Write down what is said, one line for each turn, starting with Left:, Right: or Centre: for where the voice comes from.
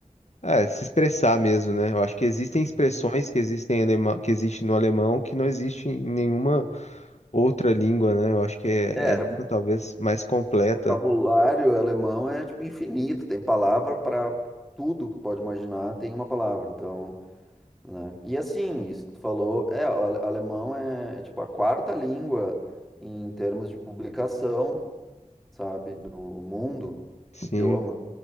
Left: é, se expressar mesmo, né? Eu acho que existem expressões
Centre: sim.
Left: que existem em alemão, que existe no alemão que não existe em nenhuma outra língua, né? Eu acho que é,
Centre: É,
Left: é a língua talvez mais completa,
Centre: O vocabulário alemão é tipo infinito, tem palavra para tudo que tu pode imaginar, tem uma palavra. Então, né? E assim, isso que tu falou, é, o ale- alemão é, é, tipo a quarta língua em termos de publicação, sabe, do mundo,
Left: sim.
Centre: idioma,